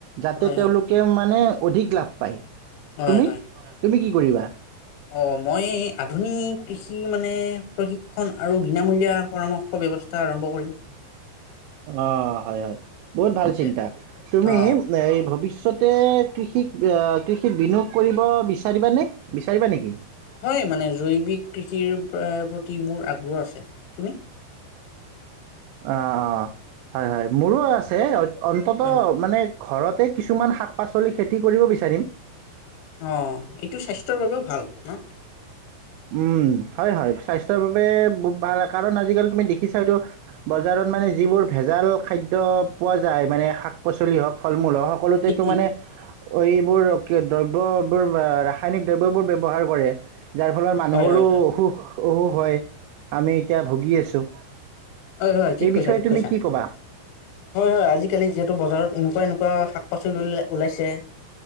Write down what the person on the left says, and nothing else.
হয়, হয়,
হয়,
হয়
অ মই আধুনিক কৃষি মানে প্ৰশিক্ষণ আৰু বিনামূলীয়া পৰামৰ্শ ব্যৱস্থা, আৰম্ভ কৰিম।
তাকে
অ'
হয় মানে জৈৱিক কৃষিৰ প্ৰতি মোৰ আগ্ৰহ আছে। তুমি?
হয়, হয়
অ এইটো স্বাস্থ্যৰ বাবেও ভাল, ন?
ঠিক, ঠিক
হয়, হয়, হয়।
হয় হয় ঠিক
কৈছা
ঠিক
কৈছা,
হয় হয় আজিকালি যিহেতু বজাৰত এনেকুৱা এনেকুৱা শাক <unintelligible>